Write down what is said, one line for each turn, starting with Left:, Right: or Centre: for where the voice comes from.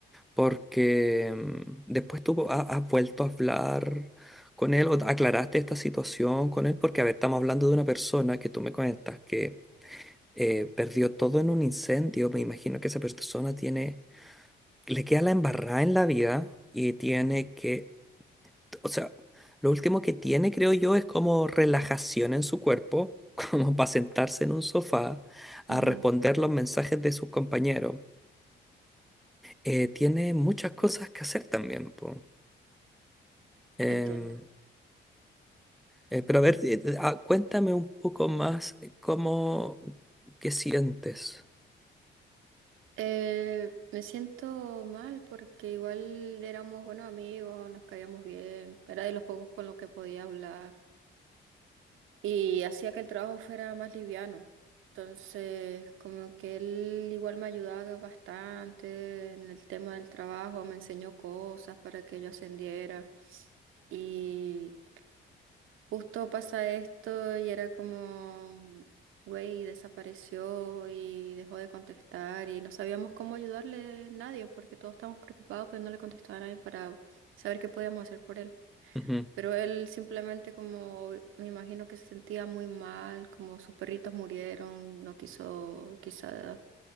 Centre: porque mm, después tú ha- has vuelto a hablar con él o aclaraste esta situación con él, porque a ver, estamos hablando de una persona que tú me cuentas que eh, perdió todo en un incendio, me imagino que esa persona tiene, le queda la embarrada en la vida y tiene que, o sea, lo último que tiene, creo yo, es como relajación en su cuerpo. <laughs> como para sentarse en un sofá a
Right: Ujú,
Centre: responder los mensajes de sus compañeros. Eh, tiene muchas cosas que hacer también, po. Em,
Right: Entiendo.
Centre: Eh, pero a ver, eh, eh, ah, cuéntame un poco más eh, cómo, qué sientes.
Right: Eh, me siento mal porque igual éramos buenos amigos, nos caíamos bien, era de los pocos con los que podía hablar. y hacía que el trabajo fuera más liviano. Entonces, como que él igual me ayudaba bastante en el tema del trabajo, me enseñó cosas para que yo ascendiera. Y justo pasa esto y era como, güey, desapareció y dejó de contestar y no sabíamos cómo ayudarle nadie porque todos estábamos preocupados, pero no le contestaba a nadie para saber qué podíamos hacer por él.
Centre: Ujú,
Right: Pero él simplemente como, me imagino que se sentía muy mal, como sus perritos murieron, no quiso, quizá,